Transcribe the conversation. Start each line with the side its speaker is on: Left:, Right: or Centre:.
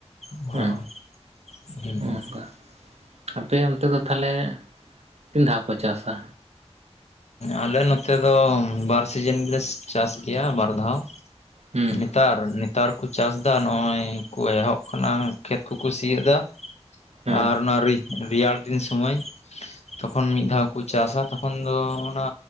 Left: ᱚᱸᱻ
Right: ᱦᱮᱸ
Left: ᱦᱩᱸᱦᱩᱸ
Right: ᱚᱱᱠᱟ ᱟᱯᱮ ᱚᱱᱛᱮ ᱫᱚ ᱛᱟᱦᱞᱮ ᱛᱤᱱ ᱫᱷᱟᱣ ᱠᱚ ᱪᱟᱥᱟ
Left: ᱟᱞᱮ ᱱᱚᱛᱮ ᱫᱚ ᱵᱟᱨ ᱥᱤᱡᱮᱱ ᱜᱮᱞᱮ ᱪᱟᱥ ᱜᱮᱭᱟ ᱵᱟᱨ ᱫᱷᱟᱣ
Right: ᱦᱩᱸ
Left: ᱱᱮᱛᱟᱨ ᱱᱮᱛᱟᱨ ᱠᱚ ᱪᱟᱥ ᱫᱟ ᱱᱚᱜ-ᱚᱭ ᱠᱚ ᱮᱦᱚᱵ ᱠᱟᱱᱟ ᱠᱷᱮᱛ ᱠᱚᱠᱚ ᱥᱤᱭᱮᱫᱟ
Right: ᱦᱮᱸ
Left: ᱟᱨ ᱚᱱᱟ ᱨᱮᱼᱼᱨᱮᱭᱟᱲ ᱫᱤᱱ ᱥᱩᱢᱟᱹᱭ ᱛᱚᱠᱷᱚᱱ ᱢᱤᱫ ᱫᱷᱟᱣ ᱠᱩ ᱪᱟᱥᱟ ᱛᱚᱠᱷᱚᱱ ᱟᱫᱚ ᱚᱱᱟ